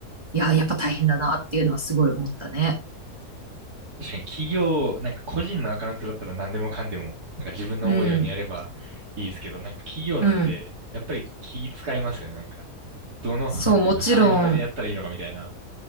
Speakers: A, on the right; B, on the right.
A: いや、やっぱ大変だなっていうのはすごい思ったね。
B: 確かに企業、なんか個人のアカウントだったら何でもかんでも、なんか自分の思うようにやればいいですけど、
A: うん、
B: なんか企業なんで、
A: うん。
B: やっぱり気使いますよね。なんか、どのこ範囲までやったらいいのかみたいな。
A: そう、もちろん、